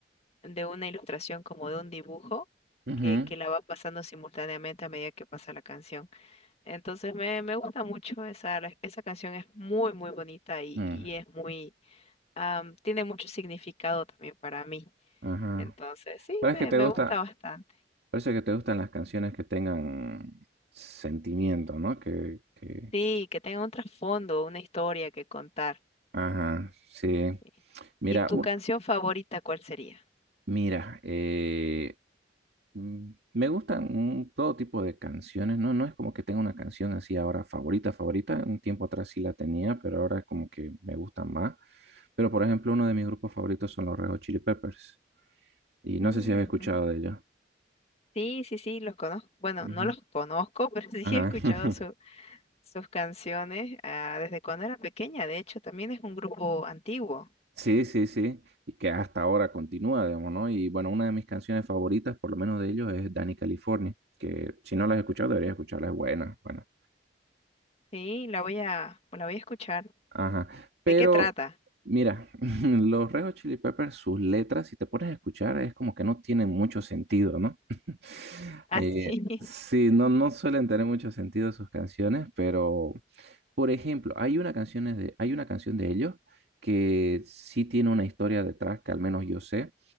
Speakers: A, on the left; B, on the right.
A: de una ilustración como de un dibujo
B: ujú,
A: que, que la va pasando simultáneamente a medida que pasa la canción. Entonces me, me gusta mucho esa, la- esa canción, es muy, muy bonita y,
B: mm,
A: y es muy, am, tiene mucho significado también para mí.
B: Ajá.
A: Entonces, sí,
B: Parece
A: me,
B: que te
A: me
B: gusta,
A: gusta bastante.
B: parece que te gustan las canciones que tengan sentimiento, ¿no? Que, que,
A: Sí, que tenga un trasfondo, una historia que contar.
B: ajá, sí.
A: sí.
B: Mira,
A: ¿Y tu
B: un-
A: canción favorita cuál sería?
B: Mira, eh, mm, me gustan mm, todo tipo de canciones, ¿no? No es como que tenga una canción así ahora favorita, favorita. Un tiempo atrás sí la tenía, pero ahora es como que me gustan más. Pero, por ejemplo, uno de mis grupos favoritos son los Red Hot Chili Peppers. Y no
A: Mm,
B: sé si has escuchado
A: ujú.
B: de ellos.
A: Sí, sí, sí, los conozco. Bueno,
B: Ujú.
A: no los conozco, <laughs> pero
B: Ajá.
A: sí he escuchado
B: <laughs>
A: su- sus canciones ah, desde cuando era pequeña. De hecho, también es un grupo antiguo.
B: Sí, sí, sí. Y que hasta ahora continúa, digamos, ¿no? Y bueno, una de mis canciones favoritas, por lo menos de ellos, es Danny California, que si no la has escuchado, deberías escucharla, es buena, buena.
A: Sí, la voy a, la voy a escuchar.
B: Ajá. Pero,
A: ¿De qué trata?
B: mira, <laughs> los Red Hot Chili Peppers, sus letras, si te pones a escuchar, es como que no tienen mucho sentido, ¿no? <laughs>
A: Así,
B: Eh,
A: <laughs>
B: sí, no, no suelen tener mucho sentido sus canciones, pero, por ejemplo, hay una canción de, hay una canción de ellos que sí tiene una historia detrás, que al menos yo sé,